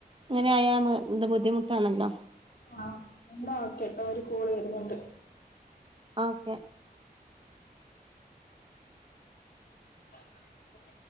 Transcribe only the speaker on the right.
ഇങ്ങനായാ എന്താ ബുദ്ധിമുട്ട്. കേണല്ലോ.
ഓക്കെ.